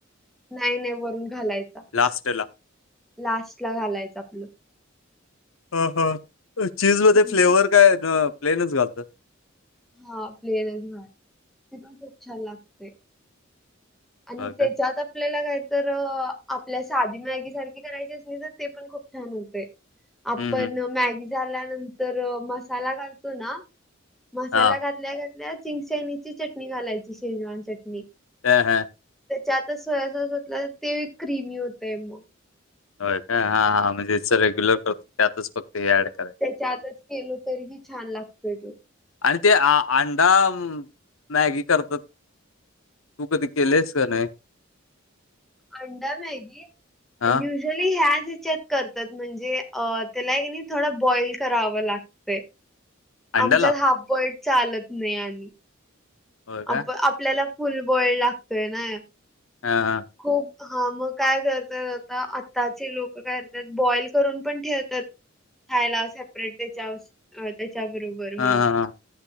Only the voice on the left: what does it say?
लास्टला
ह हा चीज मध्ये
फ्लेवर काय प्लेनच घालतोय.
होय काय
हं, हं.
हां.
ह हा.
हो काय हा हा म्हणजेच
रेग्युलर करतो त्यातच फक्त हे ऍड करायचं.
आणि ते अंडा मॅगी करतात. तू कधी केलेस का नाही.
हां,
अंड्याला?
होय काय?
हा हा.
हा हा